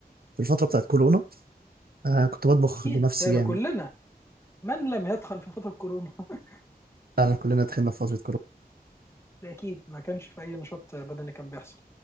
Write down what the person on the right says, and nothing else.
في الفتره بتاعت كورونا آه كنت بطبخ
لنفسي
جامد
فعلا كلنا تخنا في فتره كورونا